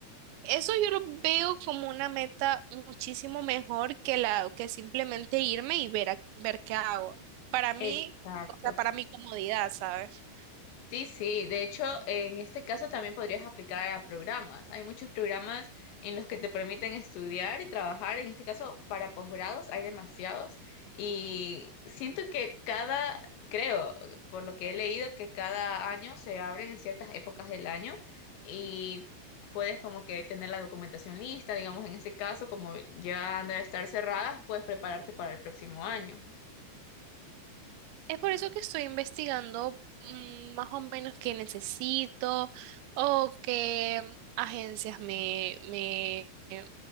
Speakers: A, on the right; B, on the left.
A: Eso yo lo veo como una meta muchísimo mejor que la que simplemente irme y ver a- ver qué hago. Para mí,
B: Exacto.
A: o sea, para mi comodidad, ¿sabes?
B: Sí, sí, de hecho, en este caso también podrías aplicar a programas. Hay muchos programas en los que te permiten estudiar y trabajar. En este caso, para posgrados hay demasiados y siento que cada, creo, por lo que he leído, que cada año se abren en ciertas épocas del año y puedes como que tener la documentación lista, digamos, en este caso, como ya han de estar cerradas, puedes prepararte para el próximo año.
A: Es por eso que estoy investigando mm, más o menos qué necesito o qué agencias me, me eh,